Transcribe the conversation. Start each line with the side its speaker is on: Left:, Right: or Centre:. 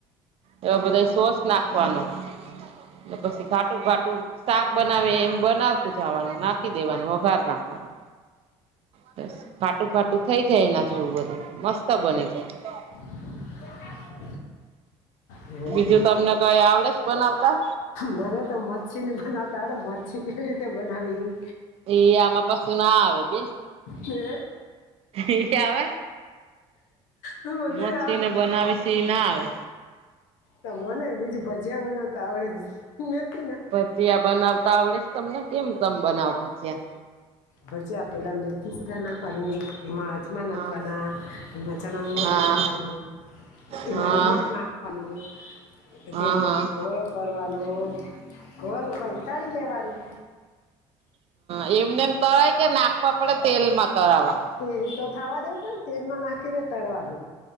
Right: એવા બધા સોસ નાખવાનું પછી ઘાટું ઘાટું શાક બનાવે એમ બનાવતું જવાનું નાખી દેવાનું વઘાર નાખવાનું. બસ ઘાટું ઘાટું થઈ જાય એના જેવું બધું મસ્ત બની જાય.
Left: <inaudible> હમ
Right: બીજું તમને કઈ આવડે સે બનાવતા
Left: મને તો મચ્છી નની બનાવતાડે મચ્છી કેવી રીતે બનાવી
Right: એ આમાં પછી ના આવે બેન
Left: એ
Right: એ આવે
Left: બધું
Right: મચ્છી
Left: આવડે
Right: ને બનાવે સીં ના આવે
Left: તો મને બીજું ભજીયા બનાવ તા આવડે મચ્છી ને
Right: ભજીયા બનાવતા આવડે છે તમને કેમ તમ બનાવ ભજીયા
Left: ભજીયા પેલા મેથી સુધાર નાખવાની એમાં અજમા નાખવાના
Right: હા
Left: એમાં ચણા નો લોટ
Right: હા
Left: નાખવાનો
Right: હા
Left: એમાં નિમક નાખવાનું
Right: હા
Left: તેનું
Right: હા
Left: ઘોરો કરવાનું ઘોરો કરીન તળી લેવાનું
Right: હ એમને તરાય કે નાખવા પડે તેલમાં તરાવા
Left: તેલ તો થાવા દેવ પણ તેલમાં નાખી ને તળવા દો